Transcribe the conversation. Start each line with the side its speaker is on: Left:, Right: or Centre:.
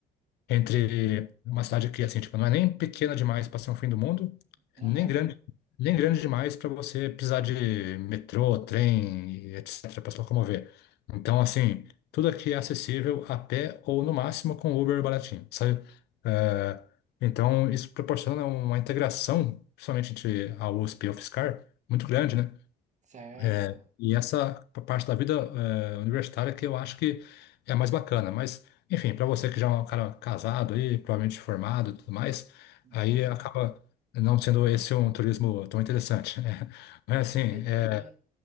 Left: Entre uma cidade que, assim, tipo, não é nem pequena demais para ser um fim do mundo,
Right: Aham,
Left: nem grande, nem grande demais para você precisar de metrô, trem, etc., para se locomover. Então, assim, tudo aqui é acessível a pé ou, no máximo, com Uber baratinho, sabe? É, então, isso proporciona uma integração, principalmente entre a USP e a UFSCar, muito grande, né?
Right: certo.
Left: É, e essa parte da vida é, universitária que eu acho que é a mais bacana. Mas, enfim, para você que já é um cara casado aí, provavelmente formado e tudo mais,
Right: Uhum,
Left: aí acaba não sendo esse um turismo tão interessante, né? <laughs> Mas, assim,
Right: entendi.
Left: é,